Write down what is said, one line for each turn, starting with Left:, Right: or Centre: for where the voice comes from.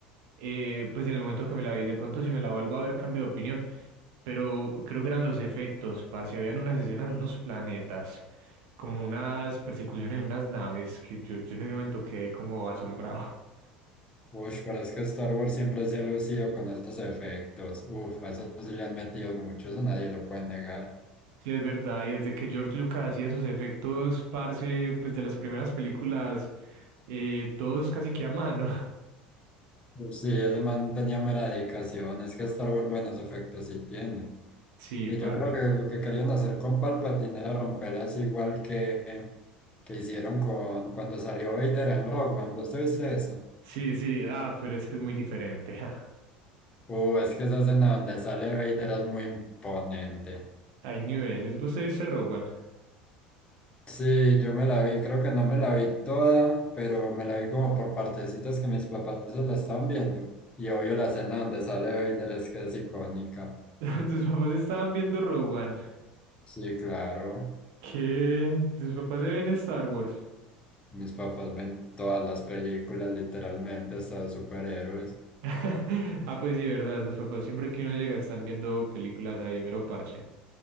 Right: eh, pues en el momento que me la vi, de pronto si me la vuelvo a ver cambio de opinión, pero creo que eran los efectos, parce, habían unas escenas de unos planetas, como unas persecuciones de unas naves, que yo, yo en ese momento quedé como asombrado. <laughs>
Left: Uf, pero es que Star Wars siempre se ha lucido con esos efectos. Uf, a eso sí le han metido mucho, eso nadie lo puede negar.
Right: Sí, es verdad, y desde que George Lucas hacía sus efectos, parce, pues de las primeras películas, eh, todos casi que a mano.
Left: Uf, Sí, ese man tenía mera dedicación. Es que Star Wars buenos efectos sí tiene.
Right: <laughs>
Left: Y
Right: Sí, parce.
Left: yo creo que lo que querían hacer con Palpatine era romperlas igual que, que hicieron con cuando salió Vader en Rogue One. ¿Vos te viste eso?
Right: Sí, sí, ah, pero es que es muy diferente. <laughs>
Left: Uh, es que esa escena donde sale Vader es muy imponente.
Right: Hay niveles. Vos te viste Rogue One.
Left: Sí, yo me la vi, creo que no me la vi toda, pero me la vi como por partecitas que mis papás se la estaban viendo. Y obvio la escena donde sale Vader es que es icónica.
Right: <laughs> Tus papás estaban viendo Rogue One.
Left: Sí, claro,
Right: ¿Qué? Tus papás se ven Star Wars.
Left: mis papás ven todas las películas literalmente, hasta de superhéroes.
Right: <laughs> Ah, pues sí, verdad. Tus papás siempre que uno llega están viendo películas ahí, mero parche.